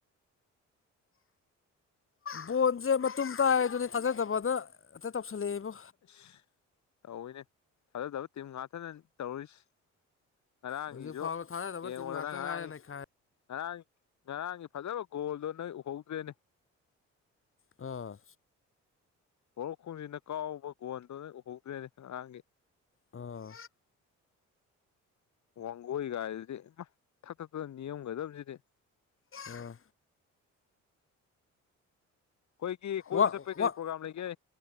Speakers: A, on the left; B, on the left.
A: ꯕꯣꯟꯁꯦ ꯃꯇꯨꯝ ꯇꯥꯏ ꯑꯗꯨꯅꯤ ꯊꯥꯖꯗꯕꯗꯅ ꯍꯦꯛꯇ ꯇꯧꯁꯤꯜꯂꯛꯑꯦꯕꯣ
B: ꯑꯁ ꯇꯧꯏꯅꯦ ꯊꯥꯖꯗꯕ ꯇꯤꯝ ꯉꯥꯛꯇꯅꯅꯤ ꯇꯧꯔꯤꯁꯦ ꯉꯔꯥꯡꯒꯤꯖꯨ
A: ꯍꯧꯖꯤꯛ ꯐꯥꯎꯕ ꯊꯥꯖꯗꯕ
B: ꯌꯦꯡꯉꯣꯗꯅ
A: ꯇꯤꯝ ꯉꯥꯛꯇ
B: ꯉꯔꯥꯡꯒꯤ
A: ꯉꯥꯏꯔꯦ ꯅꯩꯈꯥꯏ
B: ꯉꯔꯥꯡꯒꯤ ꯉꯔꯥꯡꯒꯤ ꯐꯖꯕ ꯒꯣꯜꯗꯣ ꯅꯣꯏ ꯎꯍꯧꯗ꯭ꯔꯦꯅꯦ
A: ꯑꯥ
B: ꯄꯣꯏꯔꯣꯛꯈꯣꯡꯖꯤꯟꯅ ꯀꯥꯎꯕ ꯒꯣꯜꯗꯣ ꯅꯣꯏ ꯎꯍꯧꯗ꯭ꯔꯦꯅꯦ ꯉꯔꯥꯡꯒꯤ
A: ꯑꯥ
B: ꯋꯥꯡꯒꯣꯏ ꯀꯥꯏꯗꯨꯗꯤ ꯃꯥ ꯊꯛ ꯊꯛ ꯊꯛ ꯅꯤꯛꯑꯝꯒꯗꯕꯖꯤꯗꯤ
A: ꯑꯥ
B: ꯑꯩꯈꯣꯏꯒꯤ ꯀꯣꯏꯕ
A: ꯑꯥ
B: ꯆꯠꯄꯩ ꯀꯩ
A: ꯑꯥ
B: ꯄ꯭ꯔꯣꯒꯥꯝ ꯂꯩꯒꯦ